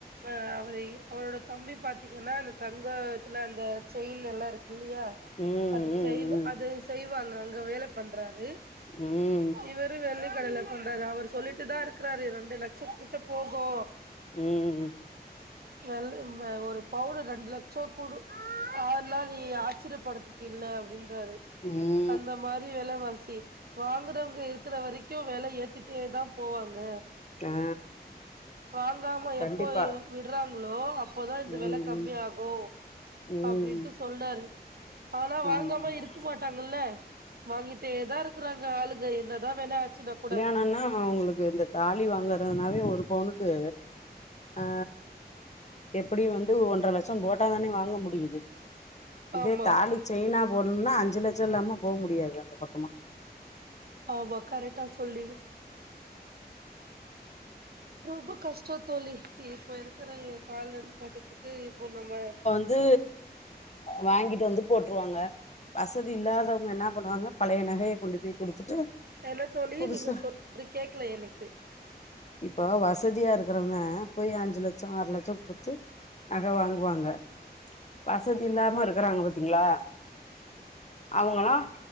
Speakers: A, on the right (about 65°); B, on the left (about 40°).
A: ஆ அவரு அவரோட தம்பி பாத்தீங்கன்னா அந்த தங்கோ இதுலா அந்த செயின் எல்லா இருக்கு இல்லையா
B: ம்
A: அது
B: ம்
A: செய்வ அது செய்வாங்க அங்க வேல பண்றாரு
B: ம்
A: இவரு வெள்ளிக்கடையில பண்றாரு அவரு சொல்லிட்டு தா இருக்கறாரு இரண்டு லட்ச கிட்ட போகு
B: ம்
A: வெல வ ஒரு பவுனு ரெண்டு லட் சோ குடு அதல நீ ஆச்சரியப்படத்துக்கு இல்ல அப்டின்ட்றாரு
B: ம்
A: அந்த மாரி வெலவாசி வாங்குறவங்க இருக்கிற வரைக்கு வெல ஏத்திட்டே தா போவாங்க
B: ஆ
A: வாங்காம
B: கண்டிப்பா
A: எப்போயு விட்றாங்ளோ அப்போதா இந்த
B: ம்
A: வெல கம்மி
B: ம்
A: ஆகு
B: ம்
A: அப்டின்ட்டு சொன்னாரு ஆனா வாங்காம
B: அதா அதா
A: இருக்க மாட்டாங்கல்ல வாங்கிட் டே தா இருக்கிறாங்க ஆளுங்க என்னதா வெல ஆச்சினா கூட
B: நானா அவுங்ளுக்கு இந்த தாலி வாங்கறதுனாவே ஒரு பவுனுக்கு ஆ எப்படி வந்து ஒன்ற லட்சோ போட்டா தானே வாங்க முடியுது இதே
A: ஆமா
B: தாலி செயின்னா போட்ணுனா அஞ்சு லட்சோ இல்லாம போ முடியாது அந்த பக்கமா
A: ஆமா கரெக்டா சொன்னீங்க ரொம்ப கஷ்டோ தோழி இப்ப இருக்கிற கால கட்டத்துக்கு இப்போ நம்ம
B: இது வாங்கிட்டு வந்து போட்டுருவாங்க வசதி இல்லாதவங்க என்ன பண்ணுவாங்க பழைய நகைய கொண்டு போய் குடுத்துட்டு
A: என்ன தோழி
B: புதுசா
A: நீங்க சொன்னது கேக்கல எனக்கு
B: இப்ப வசதியா இருக்கிறவங்க போய் அஞ்சு லட்சோ ஆறு லட்சோ குடுத்து நக வாங்குவாங்க வசதி இல்லாம இருக்குறாங்க பாத்தீங்ளா அவுங்களா